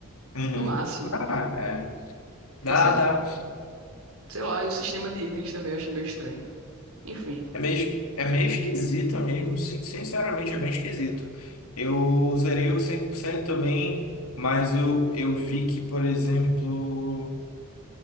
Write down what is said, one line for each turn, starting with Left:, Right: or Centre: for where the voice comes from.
Left: Uhum.
Right: No máximo.
Left: Ah, é. Dá,
Right: Eu, sei
Left: dá.
Right: Sei lá, e o sistema de itens também eu achei meio estranho. Enfim,
Left: É meio, é meio esquisito mesmo, sin- sinceramente é bem esquisito. Eu zerei o 100% também, mas eu, eu vi que, por exemplo,